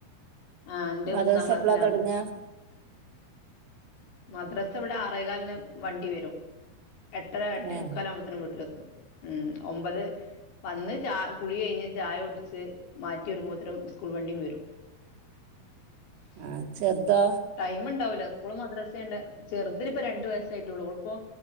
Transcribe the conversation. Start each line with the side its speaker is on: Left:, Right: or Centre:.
Left: ആഹ് ന്റെ
Right: മദ്രസ
Left: മൂന്നാം ക്ലാസ്സിലാണ്
Right: എപ്പളാ തൊടങ്ങാ
Left: മദ്രസ ഇവിടെ ആറേകാലിന് വണ്ടി വരും എട്ടര എട്ടേ
Right: ഏഹ്
Left: മുക്കാല് ത്തിനും വീട്ടിലെത്തും ഉം ഒമ്പതേ വന്ന് ചാ കുളി കഴിഞ്ഞ് ചായ ഒടിച്ച് മാറ്റി ഒരുങ്ങബത്തിനും സ്കൂൾ വണ്ടീം വരും <inaudible>
Right: ആഹ് ചെർതോ
Left: ടൈം ണ്ടാവൂല്ല സ്കൂളും മദ്രസയ്ണ്ട് ചെറുതിന് ഇപ്പ രണ്ടുവയസ്സായിട്ട് ള്ളൂ ഓള് പ്പോ